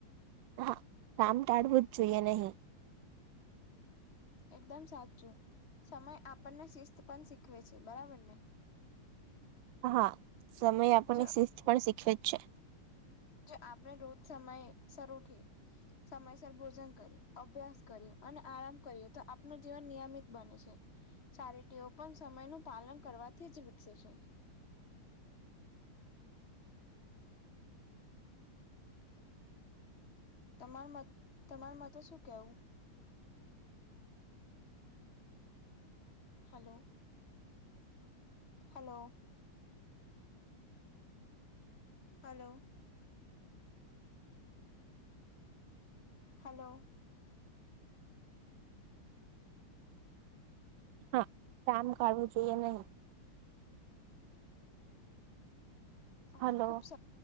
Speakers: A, on the right (about 70°); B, on the left (about 30°).
A: હા કમ ટાળવું જ જોઈએ નહી.
B: એકદમ સાચું સમય આપણને શિસ્ત. પણ શીખવે છે બરાબર ને.
A: હા સમય આપણને
B: જો
A: શિસ્ત પણ શીખવે જ છે.
B: જે આપણે રોજ સમયે શર ઉઠી સમયસર ભોજન કરી, અભ્યાસ કરી અને આરામ કરીએ તો આપનું જીવન નિયમિત બને છે. ચારીટીઓ પણ સમય નું પાલન કરવાથી જ વિકસે છે. તમાર મત તમારા માટે શું કેવું? હાલો. હાલો. હાલો. હાલો.
A: હા કામ કાઢવું જોઈએ નહી.
B: આ
A: હલો
B: ખૂબ સ